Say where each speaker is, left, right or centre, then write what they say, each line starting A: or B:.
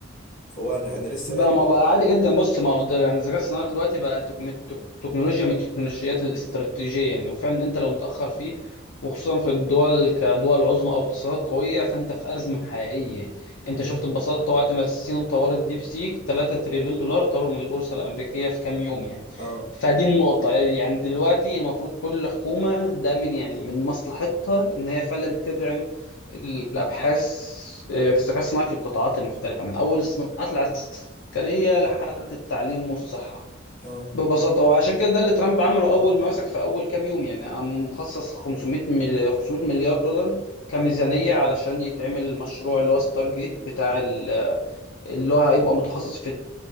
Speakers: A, on the left; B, on the left.
A: فهو انا انا لسه
B: بقى
A: قاري
B: ما بقى عادي جدا بص ما هو ده يعني الذكاء الصناعي دلوقتي بقى تك- من التك- تكنولوجيا من التكنولوجيات الاستراتيجية يعني وفعلا انت لو متأخر فيه وخصوصا في الدول كدول عظمى او اقتصادات قوية فانت في أزمة حقيقية يعني
A: مم.
B: انت شفت ببساطة وقت ما الصين طورت ديب سيك 3 تريليون دولار طاروا من البورصة الأمريكية في كام يوم يعني
A: اه
B: فدي النقطة يعني دلوقتي المفروض كل حكومة ده من يعني من مصلحتها ان هي فعلا تدعم الابحاث آه، في الذكاء الصناعي في القطاعات المختلفه من اول الصناعات العسكريه لحد التعليم والصحه
A: اه
B: ببساطه وعشان كده ده اللي ترامب عمله اول ما مسك في اول كام يوم يعني قام مخصص 500 ملي... 500 مليار دولار كميزانيه
A: مم.
B: علشان يتعمل المشروع اللي هو ستار جيت بتاع ال... اللي هو هيبقى متخصص في